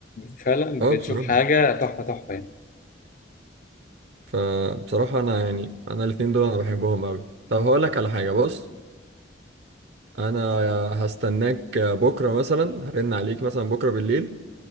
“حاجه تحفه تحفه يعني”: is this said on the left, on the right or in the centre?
Left